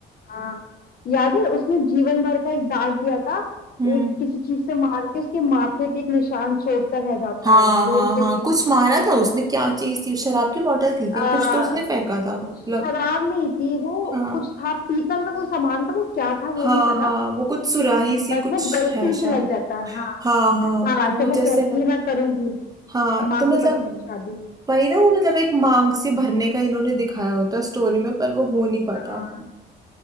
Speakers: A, on the left; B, on the right.
A: हाँ याद है उसने जीवन भर का एक दाग दिया था
B: हम्म
A: एक किसी चीज से मार के उसके माथे पे एक निशान चोट का रह जाता
B: हाँ
A: है वो
B: हाँ हाँ
A: तो सीन
B: कुछ
A: कितना
B: मारा
A: अच्छा
B: था उसने क्या चीज थी शराब की बोतल थी
A: था
B: क्या
A: आ,
B: कुछ तो उसने फेंका था मतलब
A: शराब नहीं थी वो
B: हाँ
A: कुछ था पीतल का कोई सामान था वो क्या था वो
B: हाँ
A: नहीं पता
B: हाँ वो कुछ सुराही सी
A: बट
B: कुछ
A: वो गलती
B: है शायद
A: से लग जाता है हाँ
B: हाँ हाँ
A: हाँ
B: वो
A: जब वो
B: जैसे
A: कहती
B: लग-
A: है मैं करूंगी
B: हाँ
A: माँ
B: तो मतलब
A: की पसंद से शादी
B: वही ना वो मतलब एक मांग सी भरने का इन्होंने दिखाया होता स्टोरी में पर वो हो नहीं पाता
A: हाँ